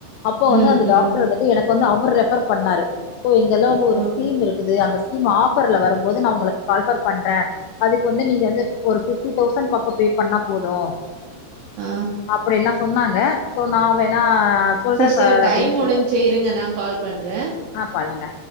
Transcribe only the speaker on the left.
அப்போ வந்து
அந்த
டாக்டர் வந்துட்டு எனக்கு வந்து அவர் ரெஃபர் பண்ணாரு இங்கல்லாம் ஒரு
ஸ்கீம் இருக்கு அந்த ஸ்கீம் ஆஃபர்ல வரும்போது நா உங்களுக்கு கால்பர் பண்றே அதுக்கு வந்து நீங்க வந்து ஒரு பிஃப்டி தௌசண்ட் பக்கொ பே பண்ணா போதும்
அப்டியெல்லாம் சொன்னாங்க சோ நா வேணா சொல்றே
சார்
அப்படின்னு சொல்லிட்டே
ஆ பண்ணுங்க